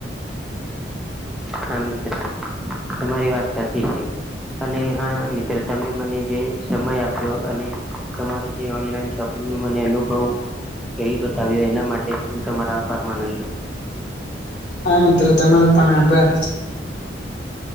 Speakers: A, in the centre; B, on the left.
A: હા, મિત્ર તમારી વાત સાચી છે. અને હા મિત્ર તમે મને જે સમય આપ્યો અને તમારો જે ઓનલાઈન શોપિંગનું મને એનું બહુ કેય બતાવી એના માટે હું તમારા આભાર માનું છું.
B: હા, મિત્ર તમારો પણ આભાર.
A: <inaudible>